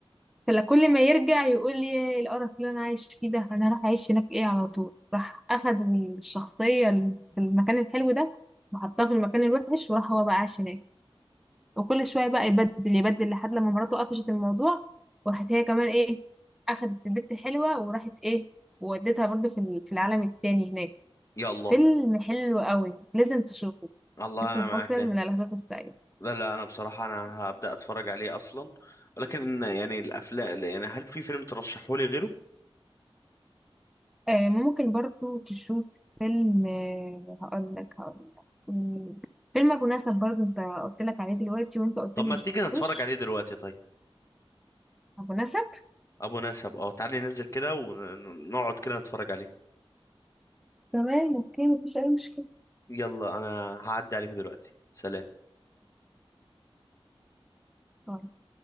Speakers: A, in the centre; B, on the left.
A: فكل ما يرجع يقول لي إيه القرف اللي انا عايش فيه ده انا راح اعيش هناك ايه على طول راح اخد الشخصية ال- في المكان الحلو ده وحطها في المكان الوحش وراح هو بقى عاش هناك وكل شوية بقى يبدل يبدل لحد لما مراته قفشت الموضوع وراحت هي كمان ايه أخدت البت حلوة وراحت ايه وودتها برضه في ال- في العالم التاني هناك
B: يلا
A: فيلم حلو قوي لازم تشوفه
B: الله
A: اسمه
B: انا
A: فاصل
B: معاك يا.
A: من اللحظات السعيدة
B: لا لا انا بصراحه انا هبدا اتفرج عليه اصلا ولكن يعني الافلام يعني هل في فيلم ترشحولي غيره
A: آه ممكن برضه تشوف فيلم آه هقول لك هقول لك مم، فيلم أبو نسب برضه انت قلت لك عليه دلوقتي وانت قلت
B: طب
A: لي
B: ما
A: ما شفتوش
B: تيجي نتفرج عليه دلوقتي طيب
A: أبو نسب
B: ابو نسب اه تعالي ننزل كده ونقعد كده نتفرج عليه
A: تمام اوكي مفيش أي مشكلة
B: يلا انا هعدي عليك دلوقتي سلام
A: اوكي